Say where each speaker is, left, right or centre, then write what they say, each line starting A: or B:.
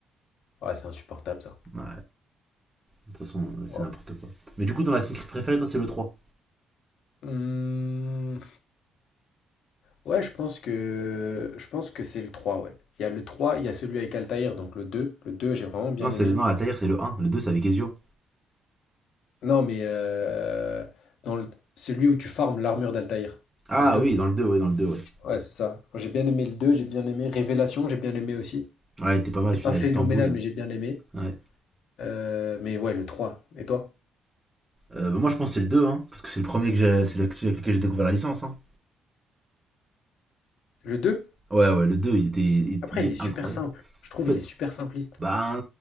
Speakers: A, on the left; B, on the right.
A: ouais, c'est insupportable ça.
B: Ouais, de toute façon,
A: Waouh.
B: c'est n'importe quoi. Mais du coup, ton Assassin's Creed préféré, toi, c'est le 3.
A: Hum, Ouais, je pense que je pense que c'est le trois ouais. Il y a le trois il y a celui avec Altaïr donc le deux le deux j'ai vraiment bien
B: Non, c'est
A: aimé.
B: le, non, Altair, c'est le un. Le 2, c'est avec Ezio.
A: Non, mais euh, dans le- celui où tu farmes l'armure d'Altaïr,
B: Ah
A: c'est le deux
B: oui, dans le 2, ouais, dans le 2, ouais.
A: Ouais, c'est ça. Moi, J'ai bien aimé le deux j'ai bien aimé Révélation, j'ai bien aimé aussi.
B: Ouais, il était pas mal
A: C'est
B: celui-là,
A: pas phénoménal,
B: Istanbul.
A: mais j'ai bien aimé.
B: Ouais.
A: Euh, mais ouais, le 3. Et toi?
B: Euh, bah, moi, je pense que c'est le 2, hein. Parce que c'est le premier que j'ai, c'est le- celui avec lequel j'ai découvert la licence, hein.
A: Le deux
B: Ouais, ouais, le 2, il, était, il,
A: Après,
B: il est
A: il est super
B: incroyable.
A: simple. Je trouve
B: En fait,
A: il est super simpliste.
B: bah,